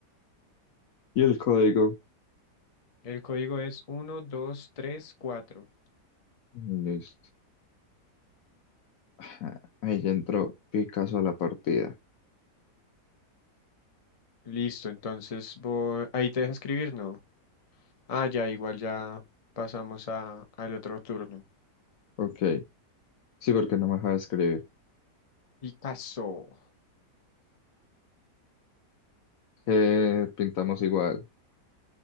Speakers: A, on the left; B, on the left.
A: Y el código.
B: El código es uno dos tres cuatro
A: Listo. Ajá, Ahí ya entró Picasso a la partida.
B: Listo, entonces voy... ahí te deja escribir, ¿no? Ah, ya, igual ya pasamos a, al otro turno.
A: Ok. Sí, porque no me deja de escribir.
B: Picasso.
A: Eh, pintamos igual.